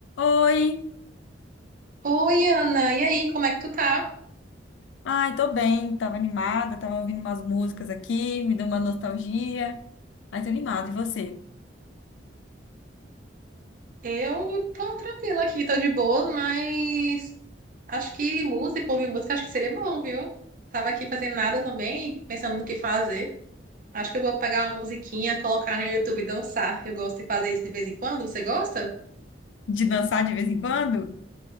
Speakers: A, on the left; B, on the right.
A: Oi!
B: Oi, Ana, e aí, como é que tu tá?
A: Ai, tô bem, tava animada, tava ouvindo umas músicas aqui, me deu uma nostalgia. Ai, tô animada, e você?
B: Eu tô tranquila aqui, tô de boa, mas acho que música, ouvir música, acho que seria bom, viu? Tava aqui fazendo nada também, pensando no que fazer. Acho que eu vou pegar uma musiquinha, colocar no YouTube e dançar. Eu gosto de fazer isso de vez em quando, você gosta?
A: De dançar de vez em quando?